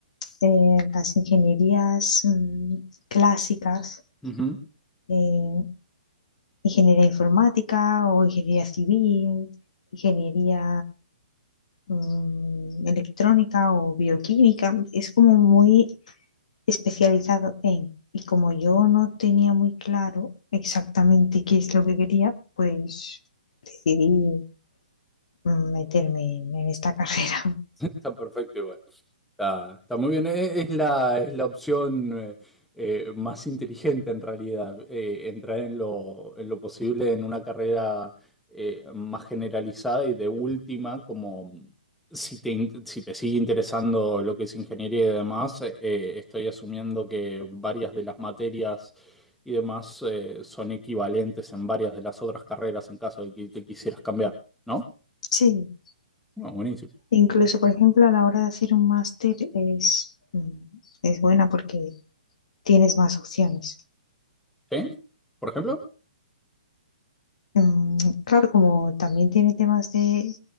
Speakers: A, on the left; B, in the centre.
A: eh, las ingenierías mm, clásicas.
B: Ujú.
A: eh, ingeniería informática o ingeniería civil, ingeniería mm, electrónica o bioquímica. Es como muy especializado en. Y como yo no tenía muy claro exactamente qué es lo que quería, pues decidí mm, meterme en, en esta <laughs> carrera.
B: Está perfecto igual. Está, está muy bien. E- Es, la, es la opción eh, eh, más inteligente en realidad. eh, entrar en lo, en lo posible en una carrera eh, más generalizada y de última, como si te, in- si te sigue interesando lo que es ingeniería y demás, eh, estoy asumiendo que varias de las materias y demás eh, son equivalentes en varias de las otras carreras en caso de que te quisieras cambiar, ¿no?
A: Sí,
B: Bueno, buenísimo.
A: incluso por ejemplo a la hora de hacer un máster es, mm, es buena porque tienes más opciones.
B: ¿Sí? ¿Por ejemplo?
A: Mm, Claro, como también tiene temas de,